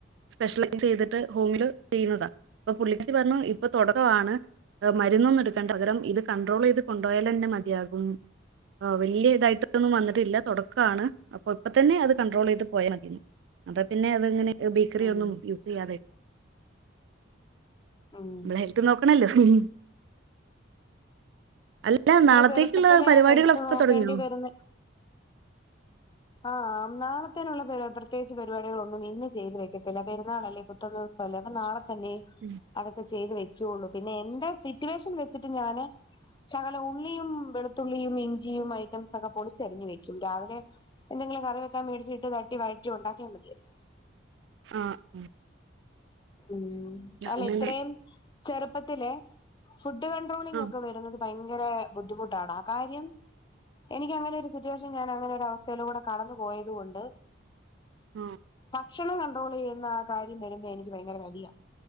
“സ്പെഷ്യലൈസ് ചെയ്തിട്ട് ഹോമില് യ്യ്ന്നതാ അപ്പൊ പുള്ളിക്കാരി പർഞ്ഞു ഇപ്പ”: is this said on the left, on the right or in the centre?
Right